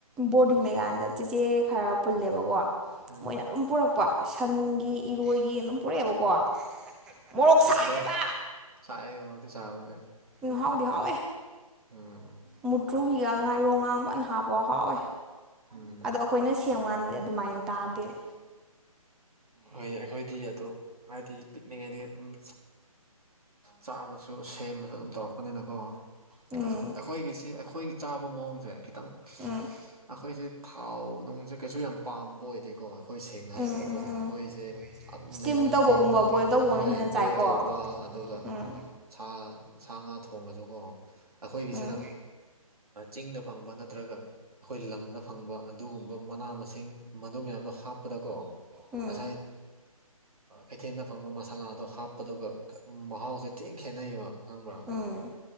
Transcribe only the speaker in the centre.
ꯕꯣꯔꯗꯤꯡ ꯂꯩꯀꯥꯟꯗ ꯆꯦꯆꯦ ꯈꯔ ꯄꯨꯜꯂꯦꯕꯀꯣ
ꯃꯣꯏꯅ ꯑꯗꯨꯝ ꯄꯨꯔꯛꯄ ꯁꯟꯒꯤ ꯏꯔꯣꯏꯒꯤ ꯑꯗꯨꯝ ꯄꯨꯔꯛꯑꯦꯕ ꯀꯣ ꯃꯣꯔꯣꯛ ꯁꯥꯏꯌꯦꯕ
ꯎ ꯍꯥꯎꯗꯤ ꯍꯥꯎꯋꯦ
ꯃꯨꯇ꯭ꯔꯨꯕꯤꯒ ꯉꯥꯏꯔꯣꯡ ꯉꯥꯡꯕꯅ ꯍꯥꯞꯄꯥꯎ ꯍꯥꯎꯋꯦ
ꯑꯗꯣ ꯑꯩꯈꯣꯏꯅ ꯁꯦꯝꯕꯀꯥꯟꯗꯗꯤ ꯑꯗꯨꯃꯥꯏꯅ ꯇꯥꯗꯦꯕ
ꯎꯝ
ꯎꯝ
ꯎꯝ ꯎꯝ ꯎꯝ
ꯏꯁꯇꯤꯝ
ꯇꯧꯕꯒꯨꯝꯕ
ꯕꯣꯏꯜ ꯇꯧꯕꯒꯨꯝꯕꯅ
ꯍꯦꯟꯅ ꯆꯥꯏꯀꯣ
ꯎꯝ
ꯎꯝ
ꯎꯝ
ꯎꯝ